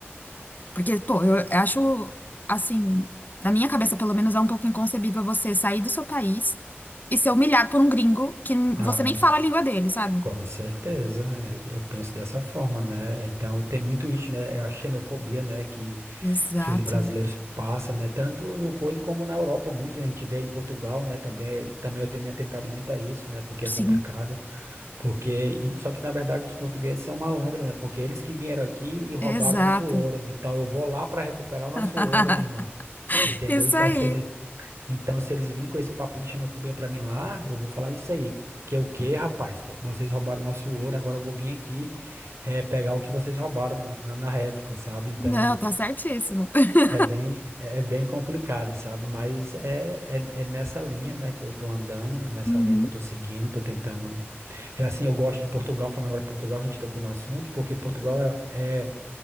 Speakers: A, on the left; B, on the right.
A: Porque, pô, eu acho, assim, na minha cabeça pelo menos é um pouco inconcebível você sair do seu país e ser humilhado por um gringo que n-
B: Ah,
A: você nem fala a língua dele, sabe?
B: Com certeza, é, eu penso dessa forma, né? Então tem muito isso, né? É a xenofobia, né? Que,
A: Exato.
B: que os brasileiros passam, né? Tanto no coisa como na Europa, muito, né? A gente vê em Portugal, né? Também, também eu tenho me atentado muito a isso, né? Porque
A: Sim.
B: é complicado. Porque, e- só que na verdade os portugueses são malandros, né? Porque eles que vieram aqui e roubaram
A: Exato.
B: nosso ouro. Então eu vou lá para recuperar o nosso
A: <laughs>
B: ouro, minha irmã. Entendeu?
A: Isso
B: Então,
A: aí.
B: se eles então, se eles virem com esse papo de xenofobia pra mim lá, eu vou falar isso aí. Que é o quê, rapaz? É, Vocês roubaram nosso ouro, agora eu vou vir aqui é, pegar o que vocês roubaram na, na, na época, sabe? Então,
A: Não, tá certíssimo. <laughs>
B: é bem, é é bem complicado, sabe? Mas é, é, é nessa linha, né, que eu tô andando, nessa
A: Uhum.
B: linha que eu tô seguindo, tô tentando... É Assim, eu gosto de Portugal, falando agora de Portugal, que a gente tocou no assunto, porque Portugal é, é